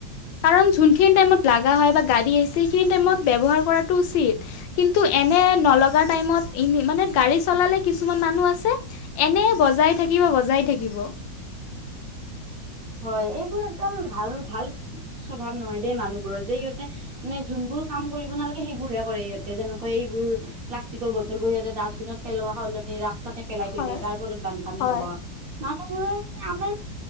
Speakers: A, on the left (about 85°); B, on the right (about 55°).
A: কাৰণ যোনখিনি টাইমত লগা হয়, বা গাড়ী আহিছে, সেইখিনি টাইমত ব্যৱহাৰ কৰাটো উচিত। কিন্তু, এনে নলগা টাইমত, এনে মানে গাড়ী চলালে কিছুমান মানুহ আছে এনেই বজাই থাকিব, বজাই থাকিব।
B: হয়, এইবোৰ একদম ভাল, ভাল স্বভাৱ নহয় দেই, মানুহবোৰৰ যে ইহঁতে মানে যোনবোৰ কাম কৰিব নালাগে সেইবোৰ হে কৰে সিহঁতে, যেনেকুৱা এইবোৰ প্লাষ্টিকৰ বটলবোৰ সিহঁতে ডাষ্টবিনতো পেলোৱাৰ হ'লনি ৰাস্তা তাতে পেলাই
A: হয়
B: থৈ দিয়ে, তাৰ ফলত বানপানী
A: হয়
B: হ'ব, মানুহবোৰৰ মানে আমাৰ